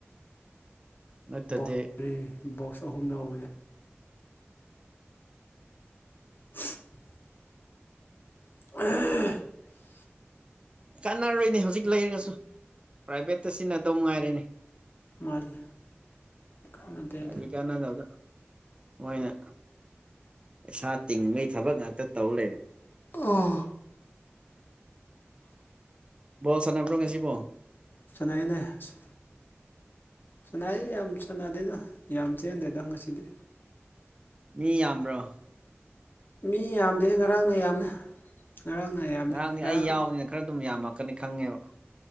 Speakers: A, on the right (about 25°); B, on the left (about 50°).
A: ꯅꯠꯇꯗꯤ
B: ꯕꯣꯛꯁ ꯕꯣꯛꯁ ꯑꯍꯨꯝ ꯂꯧ <unintelligible> <unintelligible>
A: ꯆꯥꯟꯅꯔꯣꯏꯅꯦ ꯍꯧꯖꯤꯛ ꯂꯩꯔꯒꯁꯨ ꯄ꯭ꯔꯥꯏꯚꯦꯠꯇ ꯁꯤꯖꯤꯟꯅꯗꯧ ꯉꯥꯏꯔꯦꯅꯦ
B: ꯃꯥꯟꯅꯦ ꯀꯟꯅꯗꯦꯗ
A: ꯀꯔꯤ ꯀꯥꯟꯅꯗꯕꯗ ꯃꯣꯏꯅ ꯄꯩꯁꯥ ꯇꯤꯡꯕꯩ ꯊꯕꯛ ꯉꯥꯛꯇ ꯇꯧ ꯂꯩꯔꯦ
B: ꯑꯣ
A: ꯕꯣꯜ ꯁꯥꯟꯅꯕ꯭ꯔꯣ ꯉꯁꯤꯕꯣ
B: ꯁꯟꯅꯩꯅꯦ ꯁꯨ ꯁꯥꯟꯅꯩꯌꯦ ꯌꯥꯝ ꯁꯥꯟꯅꯗꯦꯗ ꯌꯥꯝ ꯆꯦꯟꯗꯦꯗ ꯉꯁꯤꯗꯤ
A: ꯃꯤ ꯌꯥꯝꯕ꯭ꯔꯣ
B: ꯃꯤ ꯌꯥꯝꯗꯦ ꯉꯔꯥꯡꯅ ꯌꯥꯝꯃꯦ ꯉꯔꯥꯡꯅ ꯌꯥꯝꯃꯦ
A: ꯉꯔꯥꯡꯗꯤ
B: ꯉꯔꯥꯡ
A: ꯑꯩ ꯌꯥꯎꯕꯅꯤꯅ ꯈꯔ ꯑꯗꯨꯝ ꯌꯥꯝꯃꯛꯀꯅꯤ ꯈꯪꯉꯦꯕ